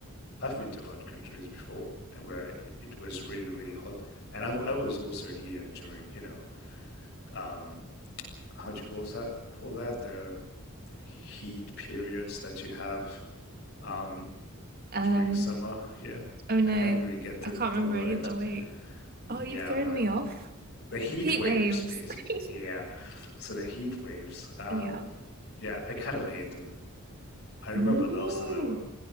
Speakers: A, on the left; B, on the right.
A: I've been to hot countries before uh, where it was really, really hot, and I, I was also here during, you know, um, how do you call that? Call that the heat periods that you have um,
B: Um,
A: during summer. Yeah,
B: Oh no,
A: I can't really get the
B: I can't
A: the
B: remember
A: word.
B: either. Wait.
A: Yeah,
B: Oh, you've thrown
A: but
B: me off.
A: the heat
B: Heat
A: waves,
B: waves.
A: basically.
B: <laughs>
A: Yeah, so the heat waves. Um,
B: Yeah.
A: yeah, I kind of hate them. I remember
B: Really?
A: last time I w